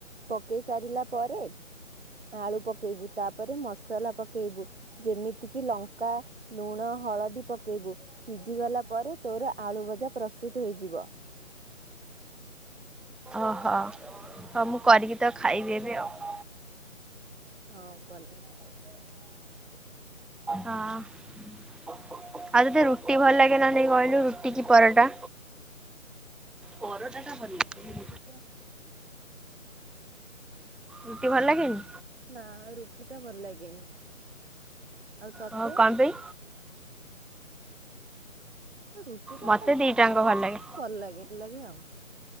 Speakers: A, on the right; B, in the centre.
A: ପକେଇ ସାରିଲା ପରେ ଆଳୁ ପକେଇବୁ ତାପରେ ମସଲା, ପକେଇବୁ ଯେମିତି କିି ଲଙ୍କା, ଲୁଣ, ହଳଦୀ, ପକେଇବୁ ସିଝିଗଲା ପରେ ତୋର ଆଳୁ ଭଜା ପ୍ରସ୍ତୁତ ହେଇଯିବ।
B: ଓହୋ ହଉ ମୁଁ କରିକି ତ ଖାଇବି ଏବେ ଆଉ
A: ହଁ ବନେଇକି ଖାଇବି <inaudible>
B: ହଁ, ଆଉ ତତେ ରୁଟି ଭଲ ଲାଗେ ନା ନାଇ କହିଲୁ ରୁଟି କି ପରଟା ପରଟାଟା ଭଲ ଲାଗେ
A: କି କ <inaudible>
B: ରୁଟି, ଭଲ ଲାଗେନି
A: ନା, ରୁଟି ଟା ଭଲ ଲାଗେନି ଆଉ ତତେ।
B: ଓ କଣ ପାଇଁ?
A: ରୁଟି ଟା
B: ମତେ ଦିଟାଙ୍କ
A: <inaudible>
B: ଭଲ ଲାଗେ
A: ଭଲ ଲାଗେ ଭଲ ଲାଗେ ଆଉ।